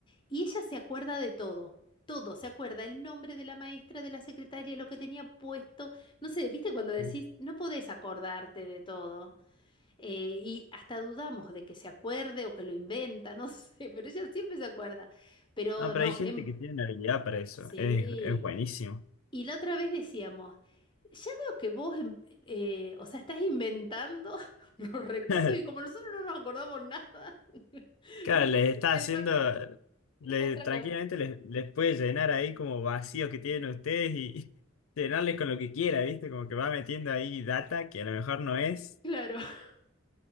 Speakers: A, on the left; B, on the left.
A: Y ella se acuerda de todo. Todo, se acuerda el nombre de la maestra, de la secretaria, lo que tenía puesto. No sé, ¿viste cuando decís,
B: uf.
A: no podés acordarte de todo? Eh, y hasta dudamos de que se acuerde o que lo inventa, no <laughs> sé, pero ella siempre se acuerda. Pero
B: No, pero
A: no,
B: hay gente
A: em-
B: que tiene habilidad para eso.
A: sí.
B: Es, es buenísimo.
A: Y la otra vez decíamos, ya veo que vos, em- eh, o sea, estás inventando <laughs> los recuerdos
B: <laughs>
A: y como nosotros no nos acordamos nada, <laughs>
B: Claro,
A: nos
B: les
A: estás
B: está
A: inventando
B: haciendo... le-
A: otra
B: tranquilamente
A: cosa.
B: les, les puede llenar ahí como vacíos que tienen ustedes y <laughs> y llenarles con lo que quiera, ¿viste? Como que va metiendo ahí data que a lo mejor no es.
A: Claro. <laughs>